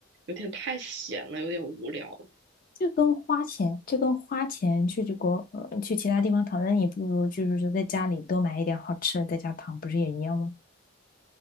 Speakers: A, on the right (about 55°); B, on the left (about 40°).
A: 有点太闲了，有点无聊。
B: 就跟花钱，就跟花钱去去国，呃去其他地方躺，那你不如就是说在家里多买一点好吃的，在家躺，不是也一样吗？